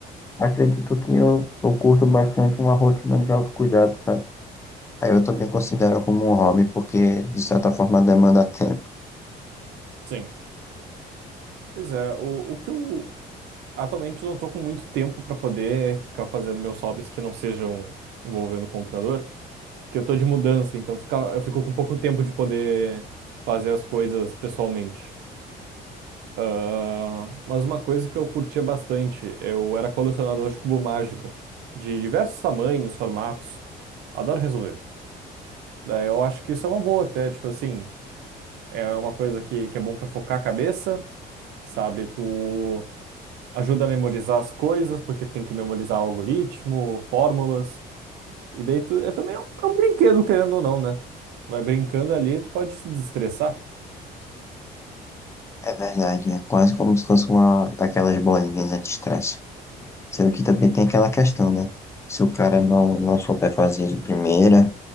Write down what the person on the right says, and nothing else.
Sim. Pois é, o, o que eu Atualmente eu não estou com muito tempo para poder ficar fazendo meus hobbies que não sejam envolvendo o computador, porque eu estou de mudança, então fica, eu fico com pouco tempo de poder fazer as coisas pessoalmente. Ah, mas uma coisa que eu curtia bastante, eu era colecionador de cubo mágico, de diversos tamanhos, formatos. Adoro resolver. Daí eu acho que isso é uma boa até, tipo assim, é uma coisa que, que é bom para focar a cabeça, sabe? Tu ajuda a memorizar as coisas, porque tem que memorizar algoritmo, fórmulas. E daí tu, é também é um, é um brinquedo, querendo ou não, né? Tu vai brincando ali, tu pode se desestressar.